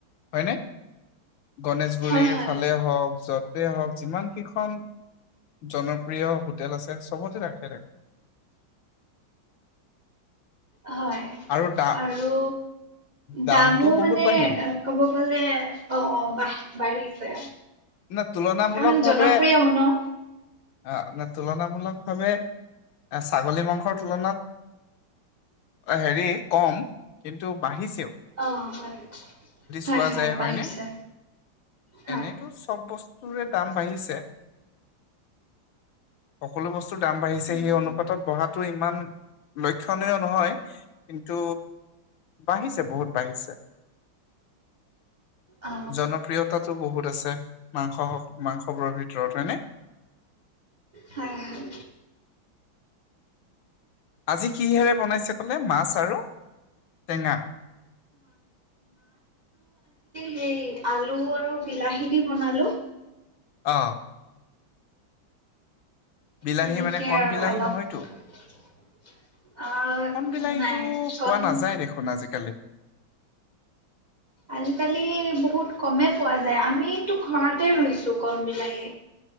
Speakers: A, on the left (about 75°); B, on the right (about 85°).
A: হয় ন গণেশগুৰিৰ
B: হয় হয়
A: ফালে হওক য'ত হওক যিমান কেইখন জনপ্ৰিয় হোটেল আছে চবতে ৰাখে দেখোন
B: হয়
A: আৰু দা
B: আৰু
A: দামটো
B: দামো
A: বহুত
B: মানে
A: বাঢ়িল
B: ক'ব গ'লে অ বা বাঢ়িছে
A: ন তুলনামূলক
B: কাৰণ
A: ভাৱে
B: জনপ্ৰিয়ও ন
A: অ নে তুলনামূলক হব <unintelligible> ছাগলী মাংসৰ তুলনাত হেৰি কম কিন্তু বাঢ়িছে
B: অ হয় হয়
A: চোৱা
B: হয়
A: যায়
B: বাঢ়িছে
A: হয়নে
B: হয়
A: এনেতো চব বস্তুৰে দাম বাঢ়িছে সকলো বস্তু দাম বাঢ়িছে
B: উম
A: সেই অনুপাতত বঢ়াটো ইমান ল্যক্ষণীয় নহয় কিন্তু বাঢ়িছে বহুত বাঢ়িছে
B: অ
A: জনপ্ৰিয়তাটো বহুত আছে মাংস হওক মাংস খবৰৰ ভিতৰত হয়নে
B: হয় হয়
A: আজি কিহেৰে বনাইছে কলে মাছ আৰু টেঙা
B: হেই আলু আৰু বিলাহী দি বনালো
A: অ বিলাহী
B: তেনেকে
A: মানে কণ
B: আৰু
A: বিলাহী
B: অলপ
A: নহয়তো
B: আহ
A: কণ বিলাহীটো
B: নাই চন
A: পোৱা নাযায় দেখোন আজিকালি
B: আজিকালি ব বহুত কমে পোৱা যায় আমিতো ঘৰতে ৰুইছো কম বিলাহী